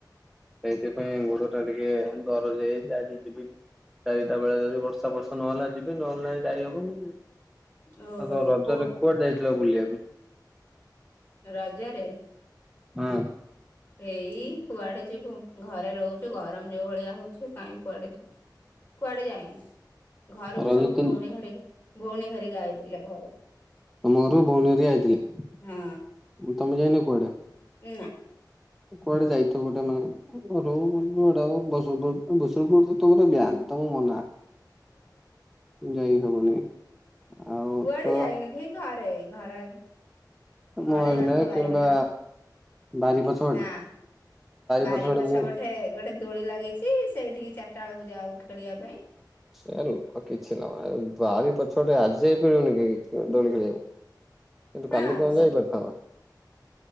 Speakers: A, in the centre; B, on the left.
A: ସେଇଥିପାଇଁ ଗୋଡ ଟା ଟିକେ ଦରଜ ହେଇଯାଇଛି ଆଜି ଯିବି। ଚାରିଟା ବେଳେ ଯଦି ବର୍ଷା ବର୍ଷା ନହେଲା ଯିବି ନହେଲା ନାହିଁ ଯାଇହବନି।
B: ଓହୋ
A: ତମ ରଜରେ
B: କୋଉ
A: କୁଆଡେ ଯାଇଥିଲ ବୁଲିବାକୁ?
B: ରଜରେ
A: ହୁଁ।
B: ଏଇ କୁଆଡେ ଯିବୁ ଘରେ ରହୁଛୁ ଗରମ ଯୋଉ ଭଳିଆ ହଉଛି କାଇଁ କୁଆଡେ ଯିବୁ। କୁଆଡେ ଯାଇନୁ ଘରକୁ
A: ରଜ
B: ସବୁ
A: ତିନି
B: ଭଉଣୀ ଘରେ ଭଉଣୀ ଘରିକା ଆଇଥିଲେ ଘରକୁ।
A: ତମ ଘରକୁ ଭଉଣୀ ହେରିକା ଆଇଥିଲେ
B: ହଁ
A: ତମେ ଯାଇନ କୁଆଡେ?
B: ନା।
A: କୁଆଡେ ଯାଇଥବୁ ଗୋଟେ ମାନେ ଘରୁ ଯୁଆଡେ ହଉ ବସୁରପୁର ଭୁ ପୁର୍ ତମର ବ୍ୟାନ ତମକୁ ମନା। <unintelligible> ଯାଇ ହବନି। ଆଉ
B: କୁଆଡେ
A: ତ
B: ଯାଇନୁ ସେଇ ଘରେ ଘରେ ଘରେ
A: ମହାବିନାୟକ
B: ଜଣଙ୍କ ବାରି
A: କିମ୍ବା
B: ପଛପଟେ
A: ବାରି ପଛପଟେ
B: ନା ବାରି
A: ପଛପଟେ
B: ପଛ
A: ମୁଁ
B: ପଠେ ଗୋଟେ ଦୋଳି ଲାଗିଛି ସେଇଠିକି ଚାରିଟା ଏଳକୁ ଯାଉ ଖେଳିବା ପାଇଁ।
A: ସେ ଲ କିଛି ଲାଭନାଇଁ ବାରି ପଛପଟେ ଆଜି ଯାଇପାରିବନି କାଇଁକି ଦୋଳି ଖେଳିବାପାଇଁ କିନ୍ତୁ
B: ହଁ
A: କାଲି କଣ ଯାଇପାରିଥାନ୍ତ?